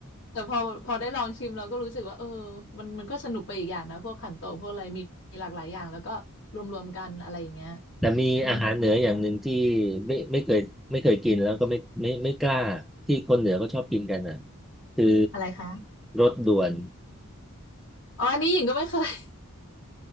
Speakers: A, on the left; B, in the centre.
A: แต่พอพอได้ลองชิมเราก็รู้สึกว่าเออมันมันก็สนุกไปอีกอย่างนะพวกขันโตกพวกอะไรมีมีหลากหลายอย่างแล้วก็รวมๆกันอะไรอย่างเงี้ย
B: แต่มีอาหารเหนืออย่างหนึ่งที่
A: อืม
B: ไม่ไม่เคยไม่เคยกินแล้วก็ไม่ไม่ไม่กล้าที่คนเหนือก็ชอบกินกันอ่ะคือ
A: อะไรคะ
B: รสด่วน
A: อ๋ออันนี้หญิงก็ไม่เคย <laughs>